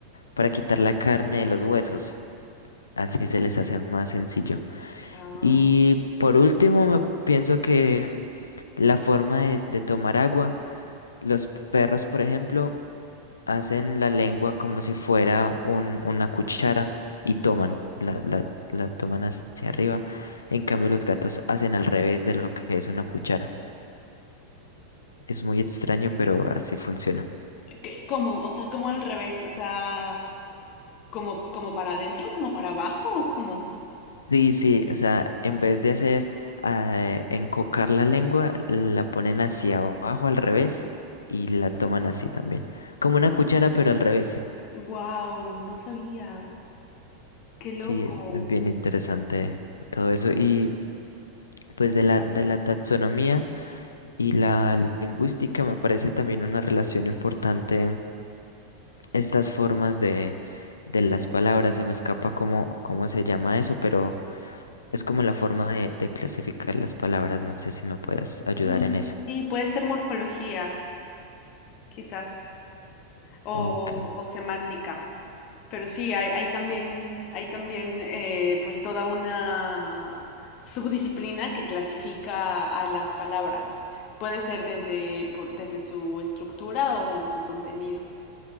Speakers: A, on the left; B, on the left.
A: para quitar la carne de los huesos. Así se les hace más sencillo.
B: Ah,
A: Y por último, me pienso que la forma de, de tomar agua, los perros, por ejemplo, hacen la lengua como si fuera un- una cuchara y toman, la, la, la toman hacia arriba. En cambio, los gatos hacen al revés de lo que es una cuchara. Es muy extraño, pero así funciona.
B: ¿qué- ¿cómo? O sea, como al revés, o sea, como, como para adentro, como para abajo o cómo
A: Sí, sí, o sea, en vez de hacer eh, encocar la lengua, la ponen hacia abajo al revés y la toman así también. Como una cuchara, pero al revés.
B: Wow, no sabía. Qué loco.
A: Sí, es, es bien interesante todo eso. Y pues de la,
B: Guau.
A: de la taxonomía y la lingüística me parece también una relación importante estas formas de, de las palabras. Se me escapa cómo, cómo se llama eso, pero es como la forma de, de clasificar las palabras. No sé si me puedas ayudar
B: Mm,
A: en eso.
B: Sí, puede ser morfología, quizás, o,
A: Ok,
B: o semántica. Pero sí, hay, hay también, hay también eh, pues toda una subdisciplina que clasifica a las palabras. Puede ser desde, por- desde su estructura o desde su contenido.